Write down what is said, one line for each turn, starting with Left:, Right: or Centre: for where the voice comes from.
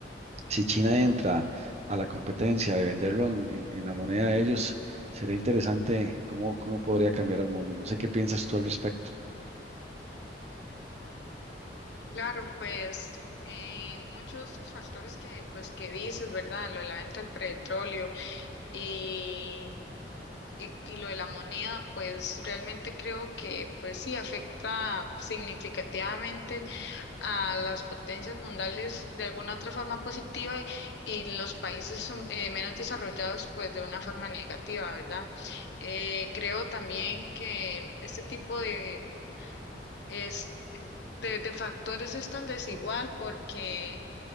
Right: si China entra a la competencia de venderlo en, en- en la moneda de ellos, sería interesante cómo, cómo podría cambiar el mundo. No sé qué piensas tú al respecto.
Left: Claro, pues eh, muchos de estos factores que pues que dices, ¿verdad? Lo de la venta del petróleo y, y, y lo de la moneda, pues realmente creo que pues sí afecta significativamente a las potencias mundiales de alguna otra forma positiva y los países son- eh, menos desarrollados pues de una forma negativa, ¿verdad? Eh, creo también que este tipo de, es- de, de factores es tan desigual porque